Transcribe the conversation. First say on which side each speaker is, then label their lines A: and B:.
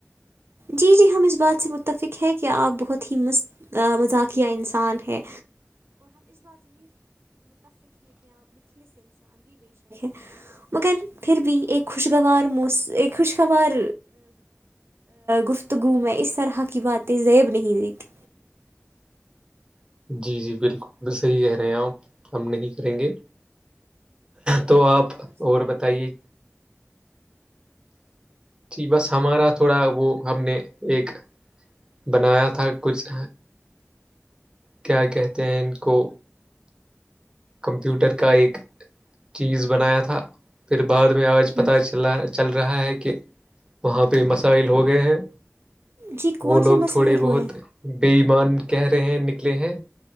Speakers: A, on the right (about 60°); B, on the right (about 20°).
A: جی جی ہما بات سے متفق ہے کہ آپ بہت ہی مست مذاقیہ انسان ہے <inaudible> مگر پھر بھی ایک خوشگوار موس ایک خوشگوار گفتگو میں اس طرح کی باتیں یب نہیں دیتی
B: جی جی بالکل صحیح کہہ رہے ہیں آپ ہم نہیں کریں گے تو آپ اور بتائیے بس ہمارا تھوڑا وہ ہم نے ایک بنایا تھا کچھ کیا کہتے ہیں ان کو کمپیوٹر کا ایک چیز بنایا تھا پھر بعد میں آج
A: تھا
B: پتہ چل رہا ہے چل رہا ہے کہ وہاں پہ مسائل ہو گئے ہیں
A: جی کون
B: وہ لوگ
A: سے مسائل
B: تھوڑے بہت
A: ہوئے
B: بے ایمان کہہ رہے ہیں نکلے ہیں